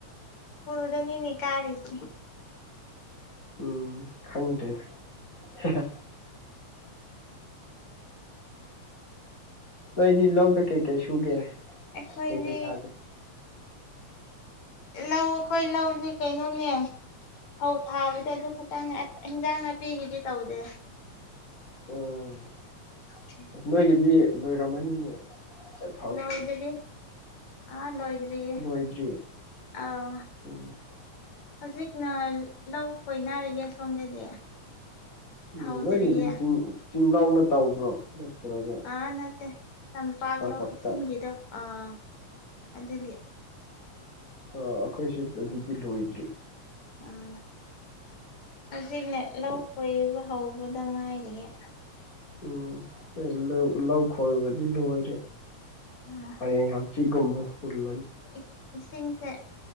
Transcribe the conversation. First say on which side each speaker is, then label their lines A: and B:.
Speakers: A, on the left; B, on the left.
A: ꯐꯨꯜꯗꯅꯤꯅꯦ ꯀꯥꯔꯤꯖꯦ
B: ꯎꯝ ꯈꯪꯗ꯭ꯔꯦꯗ ꯍꯥꯍꯥ ꯅꯣꯏꯗꯤ ꯂꯧꯗ ꯀꯩ ꯀꯩ ꯁꯨꯒꯦ
A: ꯑꯩꯈꯣꯏꯗꯤ
B: ꯀꯩ ꯀꯩ ꯊꯥꯒꯦ
A: ꯂꯧ ꯑꯈꯣꯏ ꯂꯧꯗꯤ ꯀꯩꯅꯣꯅꯦ ꯐꯧ ꯊꯥꯕꯗꯤ ꯑꯗꯨ ꯈꯛꯇꯪꯅꯦ ꯑꯠ ꯍꯦꯟꯖꯥꯡ ꯅꯥꯄꯤꯒꯤꯗꯤ ꯇꯧꯗꯦ
B: ꯎꯝ
A: <unintelligible>
B: ꯅꯣꯏꯒꯤꯗꯤ ꯂꯣꯏꯔꯝꯃꯅꯤꯅꯦ ꯑꯠ
A: ꯂꯣꯏꯗꯔꯤ ꯑꯥ ꯂꯣꯏꯗ꯭ꯔꯤꯌꯦ
B: ꯂꯣꯏꯗ꯭ꯔꯤ
A: ꯑꯥꯎ
B: ꯎꯝ
A: ꯍꯧꯖꯤꯛꯅ ꯂꯧ ꯈꯣꯏꯅꯔꯤꯌꯦ ꯁꯣꯝꯗꯗꯤ
B: ꯎꯝ
A: ꯍꯧꯗ꯭ꯔꯤꯌꯦ
B: ꯅꯣꯏꯒꯤꯗꯤ ꯆꯤꯡ ꯆꯤꯡꯂꯥꯥꯎꯅ ꯇꯧꯕ꯭ꯔꯣ ꯅꯠꯇ꯭ꯔꯒ
A: ꯑꯥ ꯅꯠꯇꯦ ꯇꯝꯄꯥꯛ
B: ꯇꯝꯄꯥꯛꯇ
A: ꯂꯧ ꯏꯁꯤꯡꯒꯤꯗꯣ ꯑꯥ ꯑꯗꯨꯒꯤ
B: ꯑꯥ ꯑꯈꯣꯏꯁꯨ ꯑꯗꯨꯗꯤ ꯂꯣꯏꯗ꯭ꯔꯤ
A: ꯑꯥ ꯍꯧꯖꯤꯛꯅꯦ ꯂꯧ ꯈꯣꯏꯕ ꯍꯧꯕꯗ ꯉꯥꯏꯔꯤꯌꯦ
B: ꯎꯝ ꯈꯣꯏ ꯂꯧ ꯂꯧ ꯈꯣꯏꯕꯗꯤ ꯂꯣꯏꯔꯦ
A: ꯑꯥ
B: ꯍꯌꯦꯡ ꯍꯪꯆꯤꯒꯨꯝꯕ ꯍꯨꯜꯂꯅꯤ
A: ꯏꯁ ꯏꯁꯤꯡꯁꯦ